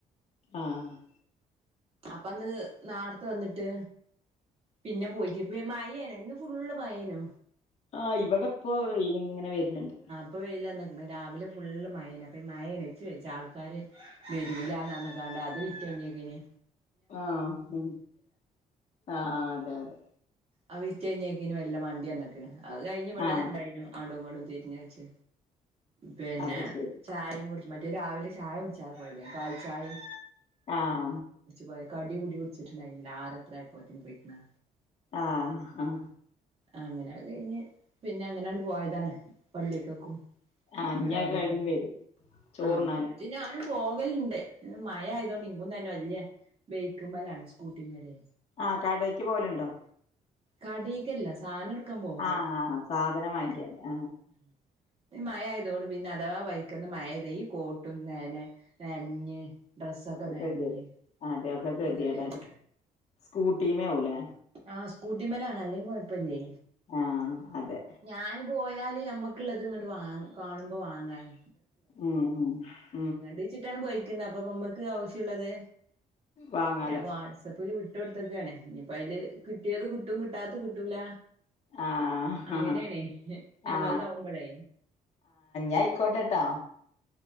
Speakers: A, on the left (about 50°); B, on the right (about 40°).
A: ആഹ്.
B: പ്പന്ന് നാർത്തെ വന്നിട്ട്. പിന്നെ പോയിറ്റ്പ്പി മഴേന്. ന്ന് ഫുള്ള് മഴേനു.
A: ആഹ് ഇവടെപ്പോ വെയ്ല്ങ്ങനെ വര്ന്ണ്ട്.
B: ഇപ്പ വെയിലെന്ന്ക്ക്ണ്. രാവിലെ ഇപ്പൊ വെയിലന്നിക്കിണ് രാവിലെ ഫുള്ള് മയേന്. അപ്പ ഈ മയേല്ലെ ഇച്ച് വെജ്ജ. ആൾക്കാര് വരൂലാന്ന് പറ. കാണ്ട അത് വിറ്റെയ്ഞ്ഞേക്ക്ന്.
A: ആഹ് ആഹ് അതെ അതെ.
B: അത് വിറ്റെയ്ഞ്ഞേക്ക്ന് വെല്ലെ മണ്ട്യന്ന്ക്ക്ണ്. അ കഴിഞ്ഞ് വടെ
A: ആ
B: ഇണ്ടായിനു. ആടുംങ്ങടും തിരിഞ്ഞൾച്ച്. പിന്നെ
A: അത് ശരി
B: ചായിം കുടിച്ച്. മറ്റേ രാവിലെ ചായുട്ച്ചാ പോയെതെയ്. പാൽച്ചായിം.
A: ആഹ്.
B: പോയ. കടി കൂട്ടി കുടിച്ചിട്ടുണ്ടായില്ല. ആറ്ത്രയപ്പോത്തിന് പോയിക്ക്ണ്.
A: ആഹ് ആഹ്.
B: അങ്ങനെ കഴിഞ്ഞ് പിന്നെ അങ്ങനണ് പോയതാണ് പള്ളിക്കക്കും.
A: ആ
B: <unintelligible>
A: ഇനി അത് കഴിഞ്ഞ് വരും ചോറുണ്ണാന്
B: ആഹ് ഞാനും പോകല്ണ്ട് ഇന്ന് മയായതോണ്ട് ഇൻക്കും തന്നെ വല്ല്യ. ബേക്ക്മ്മലാണ്. സ്കൂട്ടിമ്മല്
A: ആഹ് കടേയ്ക്ക് പോല്ണ്ടോ?
B: കടീക്കല്ല. സാനട്ക്കാൻ പോവുമ്പോ.
A: ആ ആ സാധനം വാങ്ങിക്കാന്
B: <unintelligible>
A: ആ
B: മയായതോണ്ട് പിന്നെ അഥവാ വൈക്കന്ന് മയെയ്ത ഈ കോട്ടുന്നേനെ നെൻഞ്ഞ് ഡ്രെസ്സൊക്കെ
A: ഒക്കെ
B: നൻഞ്ഞ്
A: ഗതികേട് അതെ ഒക്കെ ഗതികേടല്ലേ
B: ക്ക കെതിയേട.
A: സ്കൂട്ടിമേ ആവൂല്ലേ?
B: ആഹ്. സ്കൂട്ടിമ്മലാണ്. അല്ലെങ്കി കൊഴ്പ്പല്യ.
A: ആഹ് അതെ.
B: ഞാന് പോയാല് ഞമ്മക്ക്ള്ളത് ഇങ്ങട്ട് വാ കാണുമ്പോ വാങ്ങാന്.
A: ഉം ഉം.
B: <unintelligible> പൊയ്ക്ക്ണ്ട്. അപ്പൊ മമ്മക്ക് ആവശ്യള്ളത്
A: വാങ്ങാലോ
B: ഞാൻ വാട്സപ്പില് വി ട്ടൊട്ത്ത്ക്കാണ്. ഞ്ഞിപ്പയില് കിട്ട്യേത് കിട്ടും കിട്ടാത്ത കിട്ടൂല.
A: ആ
B: അങ്ങനേണെ.
A: ആ
B: ഞമ്മൾതാവുമ്പൊളേ.
A: ആ അയ്ക്കോട്ടെട്ടോ.